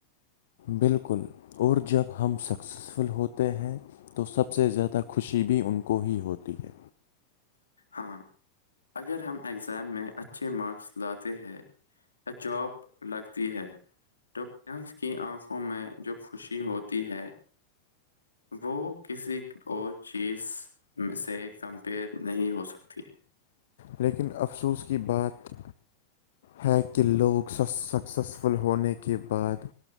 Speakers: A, on the left; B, on the left.
A: بالکل اور جب ہم سکسیزفل ہوتے ہیں تو سب سے زیادہ خوشی بھی ان کو ہی ہوتی ہے
B: ہاں اگر ہم اگزام میں اچھے مارکس لاتے ہیں جااب لگتی ہے تو ڈنس کی آنکھوں میں جو خوشی ہوتی ہے وہ کسی اور چیز میں سے کمپیئر نہیں ہوتا سکتی ہے
A: لیکن افسوس کی بات ہے کہ لوگ سکسیزفل ہونے کے بعد